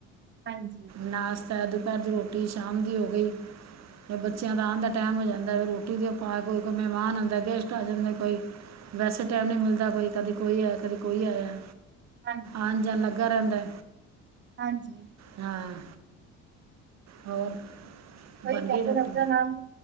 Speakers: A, on the right (about 35°); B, on the right (about 55°).
A: ਹਾਂਜੀ
B: ਨਾਸ਼ਤਾ, ਦੁਪਹਿਰ ਦੀ ਰੋ ਰੋਟੀ ਸ਼ਾਮ ਦੀ ਹੋ ਗਈ ਤੇ ਬੱਚਿਆਂ ਦਾ ਆਨ ਦਾ ਟੈਮ ਹੋ ਜਾਂਦਾ ਫੇਰ ਰੋਟੀ ਦਯੋ ਪਾ ਕੇ ਕੋਈ ਮਹਿਮਾਨ ਆਂਦਾ ਗੈਸਟ ਆ ਜਾਂਦੇ ਕੋਈ ਵੈਸੇ ਟਾਈਮ ਨਹੀਂ ਮਿਲਦਾ ਕੋਈ ਕਦੀ ਕੋਈ ਆਯਾ ਕਦੀ ਕੋਈ ਆਯਾ
A: ਹਾਂਜੀ
B: ਆਣ
A: ਬਿਲਕੁਲ
B: ਜਾਣ ਲੱਗਾ ਰਹਿੰਦਾ
A: ਹਾਂਜੀ
B: ਹਾਂ। ਹੋਰ?
A: ਕਈ
B: ਬਣ
A: ਕਹਿੰਦੇ
B: ਗਈ ਰੋਟੀ
A: ਰਬ ਦਾ ਨਾਮ,